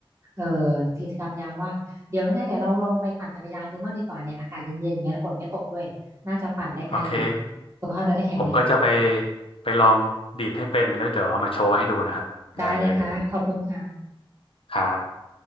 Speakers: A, on the right; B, on the left.
A: เอ่อกิจกรรมยามว่างเดี๋ยวยังไงเดี๋ยวเราลองไปปั่นจักรยานดูบ้างดีกว่าเนี่ยอากาศเย็นๆอย่างเงี้ยแล้วฝนไม่ตกด้วยน่าจะปั่นได้ไกลอยู่
B: โอเค
A: สุขภาพจะได้แข็งแรง
B: ผมก็จะไปไปลองดีดให้เป็น แล้วเดี๋ยวเอามาโชว์ให้ดูนะครับได้เลย
A: ได้เลยค่ะขอบคุณค่ะ
B: ครับ